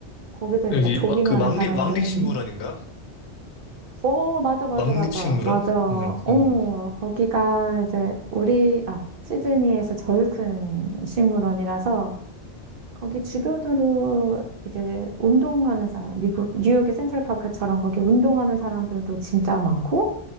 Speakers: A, on the right (about 60°); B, on the left (about 75°).
A: 거기서 이제
B: 여기
A: 막 조깅하는
B: 와- 그 왕립
A: 사람들.
B: 왕립식물원인가?
A: 어, 맞아, 맞아,
B: 왕립식물원?
A: 맞아, 맞아.
B: 음,
A: 어,
B: 음.
A: 거기가 이제 우리, 아, 시드니에서 제일 큰 식물원이라서 거기 주변으로 이제 운동하는 사람, 미국, 뉴욕의 센트럴파크처럼 거기 운동하는 사람들도 진짜 많고,